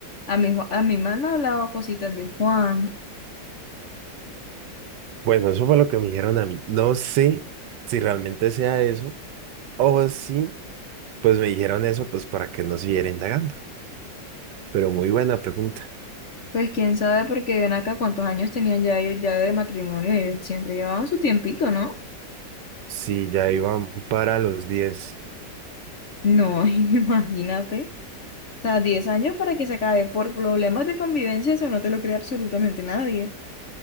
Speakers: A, on the left; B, on the right.
A: a mí, Ju- a mí me han hablado cositas de Juan.
B: Bueno, eso fue lo que me dijeron a mí. No sé si realmente sea eso o si pues me dijeron eso pues para que no siguiera indagando. Pero muy buena pregunta.
A: Pues quién sabe, porque ven acá cuántos años tenían ya ellos ya de matrimonio, ellos siempre llevaban su tiempito, ¿no?
B: Si ya iban para los diez.
A: No, <laughs> imagínate. O sea, 10 años para que se acabe por problemas de convivencia, eso no te lo cree absolutamente nadie.